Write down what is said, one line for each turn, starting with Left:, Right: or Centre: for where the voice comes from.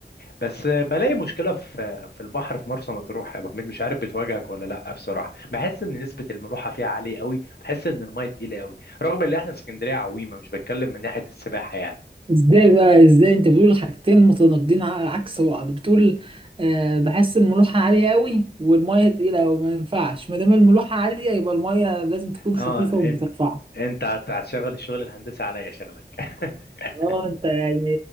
Left: بس بلاقي مشكله في في البحر في مرسى مطروح يا ابو حميد مش عارف بتواجهك ولا لا بصراحه بحس ان نسبه الملوحه فيها عاليه قوي بحس ان الميه تقيله قوي رغم ان احنا في اسكندريه عويمه مش بتكلم من ناحيه السباحه يعني
Right: ازاي بقى ازاي انت بتقول حاجتين متناقضين ع- عكس بعض بتقول أه بحس الملوحة عالية قوي والمية تقيلة قوي ما ينفعش ما دام الملوحة عالية يبقى المية لازم تكون
Left: اه
Right: خفيفة وبترفعك
Left: انت انت هت- هتشغل الشغل الهندسي عليا شغلك <laughs>
Right: اه انت يعني